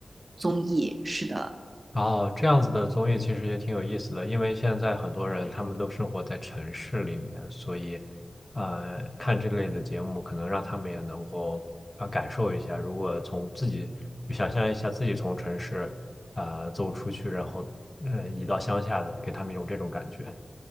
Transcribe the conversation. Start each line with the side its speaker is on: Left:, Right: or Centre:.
Right: 综艺。是的，
Left: 哦，这样子的综艺其实也挺有意思的，因为现在很多人他们都生活在城市里面，所以，呃，看这类的节目可能让他们也能够啊、呃感受一下，如果从自己就想象一下自己从城市啊、呃走出去，然后呃移到乡下的，给他们一种这种感觉。